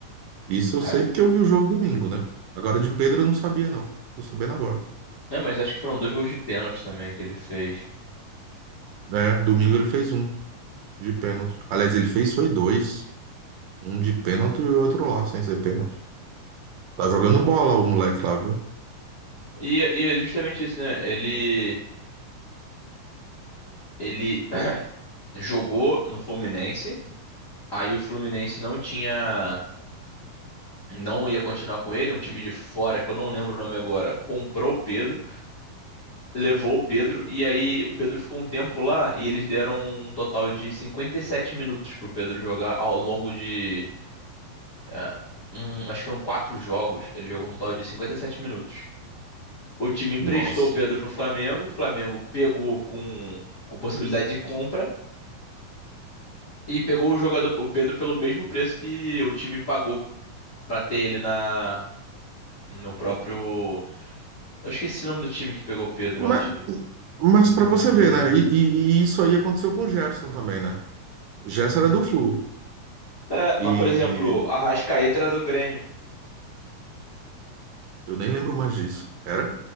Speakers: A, on the right; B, on the left.
A: Isso eu
B: Ah,
A: sei porque eu vi o jogo domingo, né? Agora de Pedro eu não sabia, não. Tô sabendo agora.
B: é, mas acho que foram dois gols de pênalti também que ele fez.
A: É, domingo ele fez um. de pênalti. Aliás, ele fez foi dois. Um de pênalti e o outro lá, sem ser pênalti. Tá jogando bola o moleque lá, viu?
B: E, e é justamente isso, né? Ele, ele <clears throat> jogou no Fluminense. Aí o Fluminense não tinha, não ia continuar com ele, um time de fora que eu não lembro o nome agora, comprou o Pedro, levou o Pedro e aí o Pedro ficou um tempo lá e eles deram um total de 57 minutos pro Pedro jogar ao longo de, ah, um- acho que foram quatro jogos, ele jogou um total de 57 minutos. O time emprestou
A: Nossa.
B: o Pedro pro Flamengo, o Flamengo pegou com, com possibilidade de compra e pegou o jogador, o Pedro, pelo mesmo preço que o time pagou pra ter ele na no próprio. Eu esqueci o nome do time que pegou o Pedro
A: Mas,
B: antes do.
A: mas para você ver, né? E, e- e isso aí aconteceu com o Gerson também, né? O Gerson era do Flu.
B: É, mas,
A: E
B: por exemplo, a Arrascaeta era do Grêmio.
A: eu nem lembro mais disso. Era?